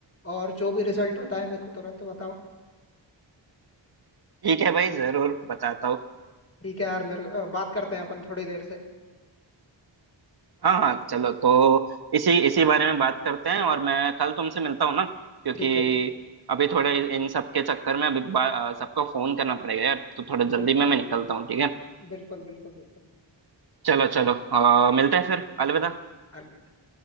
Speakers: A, on the left (about 30°); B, on the right (about 55°).
A: और जो भी रिजल्ट होता है मेरे को तुरंत बताओ
B: ठीक है भाई जरूर बताता हूँ
A: ठीक है यार मेरे अ, बात करते हैं अपन थोड़ी देर से
B: हाँ हाँ चलो तो इसी इसी बारे में बात करते हैं और मैं कल तुमसे मिलता हूँ ना क्योंकि
A: ठीक है ठीक-
B: अभी थोड़े इन सब के चक्कर में अभी बा- अ, सबको फोन करना पड़ेगा यार तो थोड़ा जल्दी
A: बिल्कुल
B: में मैं निकलता हूँ ठीक है
A: बिल्कुल बिल्कुल बिल्कुल
B: चलो चलो अ, मिलते हैं फिर अलविदा
A: अलविदा